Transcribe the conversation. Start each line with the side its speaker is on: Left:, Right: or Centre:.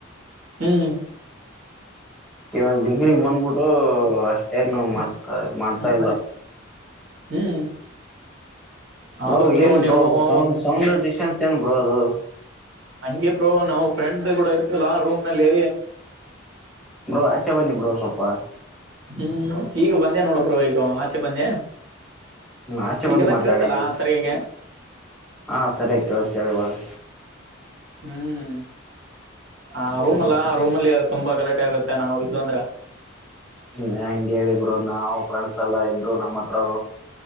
Right: ಹ್ಮ್
Centre: ಇವಾಗ ಡಿಗ್ರಿಗ್
Right: ಹ್ಮ್
Centre: ಬಂದ್ಬಿಟ್ಟು ಅಷ್ಟೇನು ಮಾಡಸ್ತ
Right: ಹ್ಮ್
Centre: ಮಾಡ್ತಾ
Right: ಹ್ಮ್
Centre: ಇಲ್ಲ
Right: ಹ್ಮ್
Centre: ಬ್ರೋ
Right: ಆದ್ರ
Centre: ಏನ್ ಬ್ರೋ
Right: ನೀವು
Centre: ಅದು ಸೌಂಡ್
Right: ಅವಾಗ
Centre: ಸೌಂಡ್ ಡಿಸ್ಟೆನ್ಸ್ ಏನ್ ಬ್ರೋ ಅದು
Right: ಹಂಗೆ ಬ್ರೋ ನಾವು ಫ್ರೆಂಡ್ ಕೂಡ ಇರ್ತಿವಲ್ಲ ರೂಮ್ ನಲ್ಲಿ
Centre: ಬ್ರೋ ಆಚೆ ಬನ್ನಿ ಬ್ರೋ ಸ್ವಲ್ಪ
Right: ಹ್ಮ್ ಈಗ ಬಂದ್ಯಾ ನೋಡ ಬ್ರೋ ಈಗ ಆಚೆ ಬಂದೆ.
Centre: ಆಚೆ ಬಂದ್
Right: ಈಗೆಲ್ಲಾ
Centre: ಮಾತಾಡಿ
Right: ಕೇಳ್ತಲ್ಲ ಸರಿಯಾಗಿ
Centre: ಹಾ ಸರಿಯಾಗಿ ಕೇಳಸ ಕೇಳ್ ಈವಾಗ್
Right: ಹ್ಮ್ ಹಾ ರೂಮ್ ಅಲ್ಲಾ ರೂಮಲ್ಲಿ ತುಂಬಾ ಗಲಾಟೆ ಆಗತ್ತೆ ನಾವು ಇದವ ಅಂದ್ರೆ
Centre: ಹ್ಮ್ ಹೆಂಗ ಹೇಳಿ ಬ್ರೋ ನಾವು ಫ್ರೆಂಡ್ಸ್ ಎಲ್ಲಾ ಇದ್ರು ನಮ್ಮ ಹತ್ರ